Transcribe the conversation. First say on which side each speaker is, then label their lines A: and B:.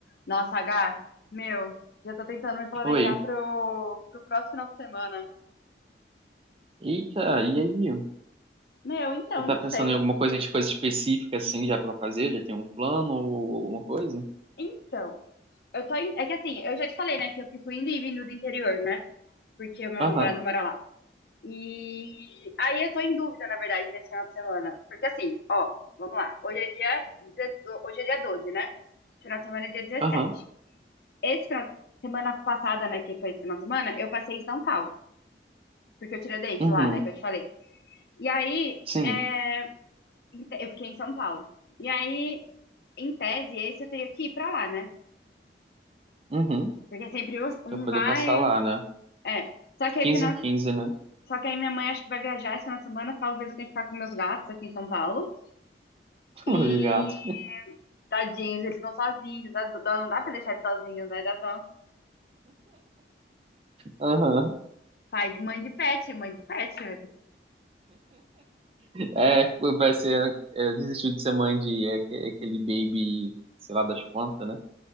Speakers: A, on the left (about 60°); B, on the right (about 30°).
A: Nossa, H, meu, já tô tentando me planejar
B: Oi.
A: pro, pro próximo final de semana.
B: Eita, e aí?
A: Meu, então,
B: Você
A: eu
B: tá
A: não
B: pensando
A: sei.
B: em alguma coisa, em coisa específica assim já pra fazer? Já tem um plano ou alguma coisa?
A: Então, eu tô. em- É que assim, eu já te falei, né, que eu fico indo e vindo do interior, né? Porque o meu
B: Aham,
A: namorado mora lá. E aí eu tô em dúvida, na verdade, nesse final de semana. Porque assim, ó, vamos lá. Hoje é dia, deze- hoje é dia 12, né? Final de semana é dia dezessete.
B: aham,
A: Esse final de semana passada, né, que foi esse final de semana, eu passei em São Paulo, porque eu tirei o dente
B: uhum,
A: lá, né, que eu te falei. E aí,
B: sim,
A: é, em te- eu fiquei em São Paulo. E aí, em tese, esse eu teria que ir pra lá, né?
B: uhum.
A: Porque é sempre os- um
B: Pra poder
A: vai.
B: passar lá,
A: um,
B: né?
A: É. Só que
B: 15
A: aí, final...
B: em 15, né?
A: Só que aí minha mãe acho que vai viajar esse final de semana. Talvez eu tenha que ficar com meus gatos aqui em São Paulo.
B: <laughs>
A: E
B: Meu gato.
A: tadinhos, eles estão sozinhos. Dá dó, não dá pra deixar eles sozinhos, né? Dá dó.
B: Aham.
A: Pai de mãe de pet, mãe de pet. vai ter que-
B: É, vai ser. É, desistiu de ser mãe de é, aque- aquele baby, sei lá das quantas, né?